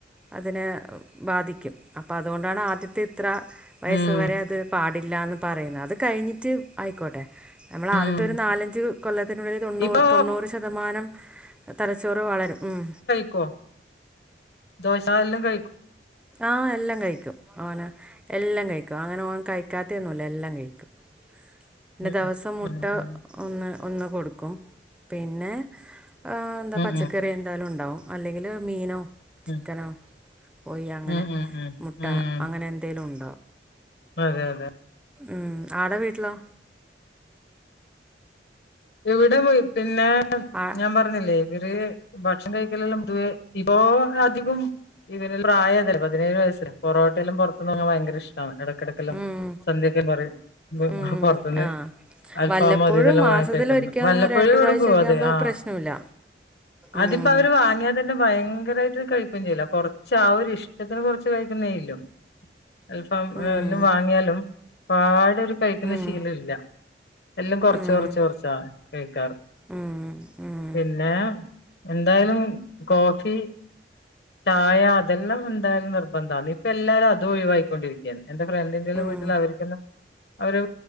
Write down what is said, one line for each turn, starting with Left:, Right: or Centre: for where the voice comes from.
Centre: അതിനെ ബാധിക്കും അപ്പൊ അതുകൊണ്ടാണ് ആദ്യത്തെ ഇത്ര വയസ്
Left: ഉം
Centre: വരെ അത് പാടില്ലാന്ന് പറയ്ന്നെ അത് കഴിഞ്ഞിട്ട് അയിക്കോട്ടെ നമ്മൾ ആദ്യത്തെ
Left: ഉം
Centre: ഒരു നാലഞ്ച് കൊല്ലത്തിനുള്ളിൽ തൊണ്ണൂറ്
Left: ഇപ്പൊ
Centre: തൊണ്ണൂറ് ശതമാനം തലച്ചോറ് വളരും ഉം
Left: ക്കൊ. ദോശ എല്ലൊം കഴി
Centre: ആഹ് എല്ലാം കഴിക്കും ഓന് എല്ലാം കഴിക്കും അങ്ങനെ ഓൻ കഴിക്കാതെ ഒന്നുല്ല എല്ലാം കഴിക്കും പിന്നെ
Left: ഉം
Centre: ദെവസം മുട്ട
Left: ഉം ഉം
Centre: ഒന്ന് ഒന്ന് കൊടുക്കും പിന്നെ ആ എന്താ
Left: ഉം ഉം
Centre: പച്ചക്കറി എന്തായാലും ഉണ്ടാവും അല്ലെങ്കില് മീനോ ചിക്കനോ
Left: ഉം
Centre: കോയോ അങ്ങനെ
Left: ഉം ഉം ഉം ഉം
Centre: മുട്ട
Left: ഉം
Centre: അങ്ങനെ എന്തേണ്ടാവും
Left: അതെ അതെ അതെ
Centre: ഉം ആട വീട്ടിലോ
Left: ഇവടെ പോയി പിന്നെ
Centre: ആ
Left: ഞാൻ പറഞ്ഞില്ലേ ഇവര് ഭക്ഷണം കഴിക്കലെല്ലാം പൊതുവെ വിഭവങ്ങളൊക്കെ അധികും ഇവന് പ്രായതല്ലേ. പതിനേഴ് വയസ് പൊറോട്ടെല്ലാം പൊർത്ത്ന്ന് വാങ്ങാൻ ഭയങ്കര ഇഷ്ടമാണ് ഇട എടക്കല്ലാം
Centre: ഉം
Left: സന്ധ്യക്കേ പറിം
Centre: ഉം
Left: പുറത്തുന്ന്
Centre: ആ
Left: അൽഫാമോ
Centre: വല്ലപ്പോഴും
Left: അതുംഇതെല്ലാം
Centre: മാസത്തിലൊരിക്കൽ
Left: വാങ്ങിത വല്ലപ്പൊഴും
Centre: രണ്ട്
Left: അവര്
Centre: പ്രാവശ്യമൊക്കെ
Left: പോവത്
Centre: ആകുമ്പോൾ
Left: ആഹ്
Centre: പ്രശ്നമില്ല
Left: അതിപ്പോ
Centre: ഉം
Left: അവര് വാങ്ങിയതന്നെ ഭയങ്കരായിട്ട് കഴിക്കൊന്നും ചെയ്ല കൊർച്ച് ആ ഒരി ഇഷ്ടത്തിന് കൊറച്ച് കഴിക്കുന്നേള്ളൂ ആൽഫമ്
Centre: ഉം
Left: എല്ലാം വാങ്ങിയാലും പാട് ന്നൊരു കഴിക്കുന്ന
Centre: ഉം
Left: ശീല ഇല്ല എല്ലാം കുറച്ച്
Centre: ഉം
Left: കുറച്ച് കുറച്ച് കേക്കാറ്ണ്ട്
Centre: ഉം ഉം
Left: പിന്നെ എന്തായാലും കോഫി ചായ അതെല്ലാം എന്തായാലും നിർബന്ധ. ഇപ്പൊ എല്ലാരും അതും ഒഴിവാക്കിക്കൊണ്ടിരിക്കയാണ് എന്റെ ഫ്രണ്ടിന്റെല്ലാം
Centre: ഉം
Left: വീട്ടില് അവര്ക്കൊന്നും അവര്